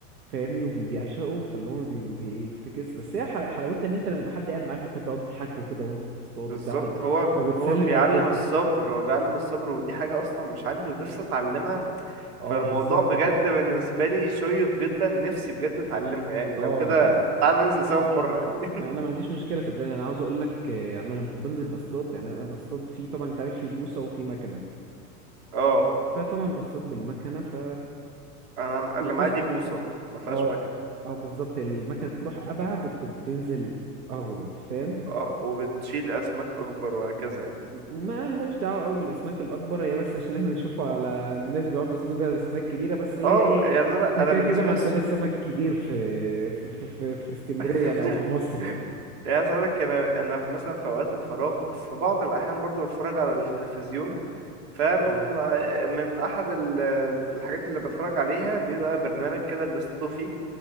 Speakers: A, on the right; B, on the right.
A: فاهمني وبيعشقه فاللي هو بي- بي- بيفتكس بس هي حل- حلاوتها ان انت لما يبقى حد قاعد معاك ممكن تقعدوا تحكوا كده وانتوا بتصطادوا
B: بالظبط
A: بتاع
B: هو
A: فبتسلي
B: هو بيعلم
A: وقتكم
B: الصبر هو بيعلم الصبر ودي حاجة أصلا مش عندي ونفسي أتعلمها
A: اه
B: فالموضوع
A: بالظبط
B: بجد
A: ف
B: بالنسبة لي شيق جدا نفسي بجد أتعلمها يعني
A: اه
B: لو كده
A: يعني
B: تعال ننزل سوا في مرة يعني
A: يعني انا ما عنديش مشكله صدقني انا عاوز اقول لك آه، انا لما كنت بنزل بصطاد يعني انا بصطاد في طبعا انت عارف في بوصه وفي مكنه
B: اه
A: فطبعا بصطاد بالمكنه ف
B: أنا م- اللي
A: بص
B: معايا دي بوصة ما فيهاش
A: اه
B: مكنة
A: اه بالظبط المكنة بتروح أبعد وبتنزل أغوط فاهم
B: اه وبتشيل أسماك أكبر وهكذا يعني
A: ما لهاش دعوة قوي بالأسماك الأكبر هي بس عشان احنا بنشوفه على الناس بيقعدوا يصطادوا بيها أسماك كبيرة بس اللي
B: اه
A: هي إيه
B: يعني أنا
A: احنا
B: أنا
A: كده
B: بالنسبة
A: كده ما
B: لي
A: عندناش
B: الص-
A: سمك كبير في في في في, في اسكندرية
B: <laughs>
A: يعني أو في مصر يعني
B: يعني عايز اقولك انا انا مثلا في اوقات الفراغ في بعض الاحيان برضو بتفرج على التلفزيون فمن
A: اه
B: من احد ال- الحاجات اللي بتفرج عليها بيبقى برنامج كده بيصطادوا فيه